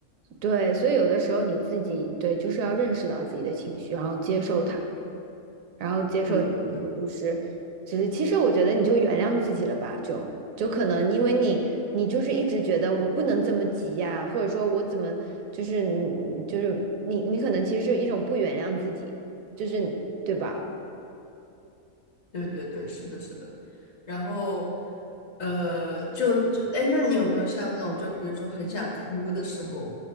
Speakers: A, on the right; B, on the left.
A: 对，所以有的时候你自己对，就是要认识到自己的情绪，然后接受它，然后接受，
B: 对对对
A: 然后就是，就是其实我觉得你就原谅自己了吧，就就可能因为你你就是一直觉得我不能这么急呀，或者说我怎么就是就是你你可能其实是一种不原谅自己，就是对吧？
B: 对对对，是的，是的。然后，呃，就就，哎，那你有没有像那种，就比如说很想哭的时候？